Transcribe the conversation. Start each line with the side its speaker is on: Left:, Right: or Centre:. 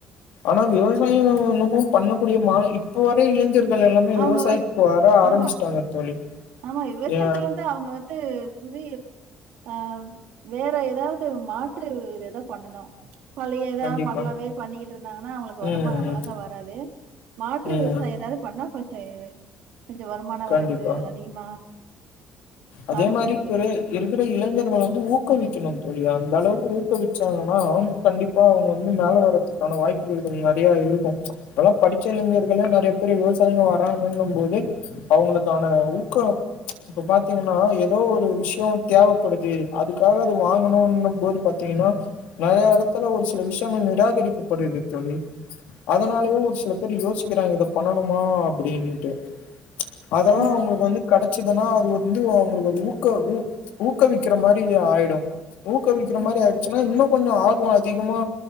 Left: ஆனா விவசாயோ இன்னமு பண்ணக்கூடிய மா இப்ப வர இளைஞர்க ள் எல்லாமே
Right: அவங்க
Left: விவசாயத்துக்கு
Right: வந்து
Left: வர ஆரம்பிச்சிட்டாங்க
Right: ஆமா,
Left: தோழி
Right: ஆமா விவசாயத்துல
Left: ஏ
Right: வந்து அவங்க வந்து புரி அ வேற எதாவது மாற்று இததா பண்ணணு பழையதா
Left: கண்டிப்பா
Right: மாடலாவே பண்ணிக்கிட்டுருந்தாங்கன்னா அவங்களுக்கு வருமான
Left: ம்
Right: அவ்லகா
Left: ம்
Right: வராது மாற்று
Left: ம்
Right: விவசாயோ எதாவது பண்ணா கொ தேர் கொஞ்ச வருமானம்
Left: கண்டிப்பா
Right: வரக்கு அதிகமா
Left: அதே
Right: சான்ஸ்
Left: மாரி
Right: இருக்குது.
Left: இப்பெரு இருக்கிற இளைஞர்கள வந்து ஊக்கவிக்கணு தோழி அந்தளவுக்கு ஊக்குவிச்சாங்கன்னா கண்டி ப்பா அவுங்க வந்து மேலே வர்றதுக்கான வாய்ப்புகள் கொஞ்ச நெறைய இருக்கு இப்பெல்லா படிச்ச இளைஞர்களே நெறைய பேரு விவசாயிங்க வராங்கன்னும் போது அவுங்களுக்கான ஊக்கோ இப்ப பாத்தீங்கன்னா எதோ ஒரு விஷ்யே தேவப்படுது அதுக்காக அது வாங்கணுன்னும்போது பாத்தீங்கன்னா நெறைய எடத்துல ஒரு சில விஷ்யங்கள் நிராகரிக்கப்படுது தோழி அதனாலயே ஒரு சில பேர் யோசிக்கிறாங்க இத பண்ணணுமா அப்படினிட்டு அதெல்லா
Right: ம்.
Left: அவுங்களுக்கு வந்து கடச்சிதுனா அது வந்து அவுங்களுக்கது ஊக்க ஊ ஊக்கவிக்கிற மாதிரியாயிடு ஊக்கவிக்கிறமாரி
Right: ம்,
Left: ஆய்டுச்சுன்னா இன்னு கொஞ்சோ ஆர்வோ அதிகமா